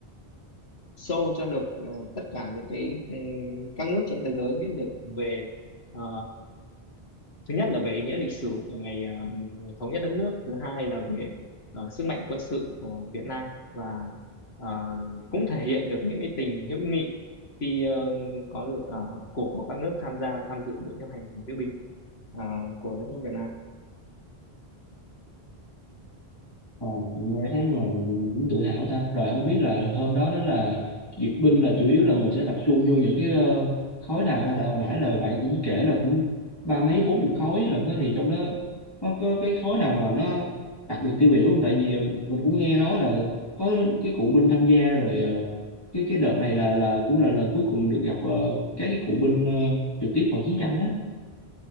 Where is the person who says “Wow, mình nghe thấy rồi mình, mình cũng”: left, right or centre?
Left